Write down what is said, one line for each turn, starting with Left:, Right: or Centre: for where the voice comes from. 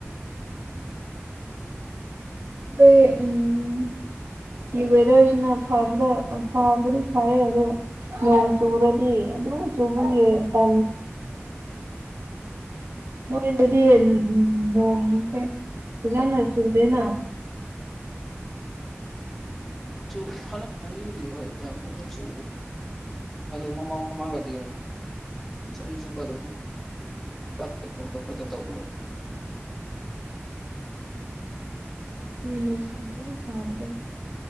Right: ꯑ ꯎꯝ ꯌꯋꯦꯗꯔꯁꯤꯅ ꯐꯕ ꯐꯕꯗꯤ ꯐꯌꯦ ꯑꯗꯨ ꯅꯣꯡ ꯆꯨꯔꯗꯤ ꯑꯗꯨ ꯆꯨꯕꯨꯡ ꯇ ꯍꯒ ꯁꯤ ꯎꯦꯖꯅ ꯆꯜꯗꯅ
Centre: ꯁ ꯍꯅ ꯊꯗꯤ ꯍ ꯌꯥꯝ ꯁ ꯑꯗꯨ ꯃꯃꯥꯡ ꯃꯃꯥꯡꯒꯗꯤ ꯆꯍꯤ ꯆꯨꯞꯄ ꯑꯗꯨꯝ ꯁꯛꯀ ꯊꯣꯛ ꯐꯗ ꯇꯧꯗ
Right: ꯃ ꯁꯗ ꯁꯕꯗ